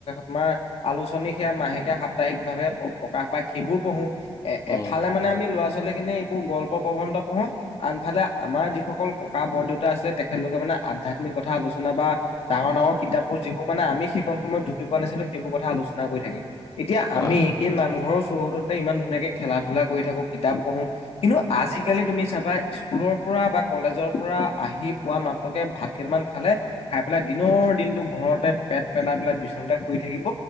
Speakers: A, on the left; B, on the left.
A: তোমাৰ আলোচনী সেয়া, মাহেকীয়া সাপ্তাহিক ভাৱে প্ৰকাশ পায় সেইবোৰ পঢ়ো এ
B: উম
A: এফালে মানে, আমি ল'ৰা ছোৱালীখিনি এইবোৰ গল্প প্ৰবন্ধ পঢ়োঁ আনফালে, আমাৰ যিসকল ককা বৰদেউতা আছিলে, তেখেতলোকে মানে আধ্যাত্মিক কথা আলোচনা বা ডাঙৰ, ডাঙৰ, কিতাপবোৰ যিবোৰ মানে, আমি সেইখন সময়ত ঢুকি পোৱা নাছিলো সেইবোৰ কথা আলোচনা কৰি থাকে এতিয়া,
B: হয়
A: আমি
B: হয়
A: সেই নামঘৰৰ চৌহদতে ইমান ধুনীয়াকে খেলা ধূলা কৰি থাকো কিতাপ পঢ়ো কিন্তু, আজিকালি তুমি চাবা, স্কুলৰ পৰা বা কলেজৰ পৰা আহি পোৱা মাত্ৰকে, ভাত কেইটামান খালে খাই দিনৰ, দিনটো ঘৰতে পেট পেলাই পেলাই বিচনাতে শুই থাকিব,